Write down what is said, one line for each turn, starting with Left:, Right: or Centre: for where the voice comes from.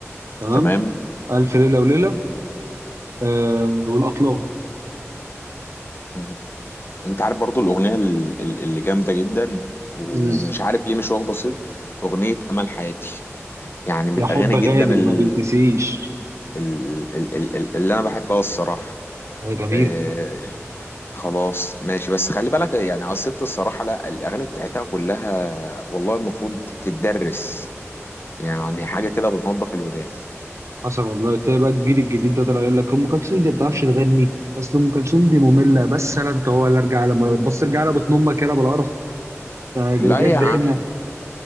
Right: تمام
Left: تمام
Right: الف ليله وليله آه والاطلال
Left: مم. انت عارف برضو الاغنيه ال- ال- اللي جامده جدا ومش
Right: مم.
Left: عارف ليه مش واخده صيت اغنيه امل حياتي يعني من
Right: يا
Left: الاغاني
Right: حب غالي
Left: جدا ال
Right: ما بيتنسيش
Left: ال ال ال- اللي انا بحبها الصراحه
Right: يا جميل
Left: آه، خلاص ماشي بس خلي بالك يعني اه الست الصراحة لا الأغاني بتاعتها كلها والله المفروض تت- تتدرس يعني حاجة كده بتنظف الودان
Right: حصل والله تلاقي بقى الجيل الجديد ده طلع يقول لك ام كلثوم دي ما بتعرفش تغني اصل ام كلثوم دي ممله بس انا انت هو اللي ارجع على مر- بص ارجع على بطن امك يلا بالقرف ده ده
Left: لا
Right: ده
Left: يا
Right: تضايقنا
Left: عم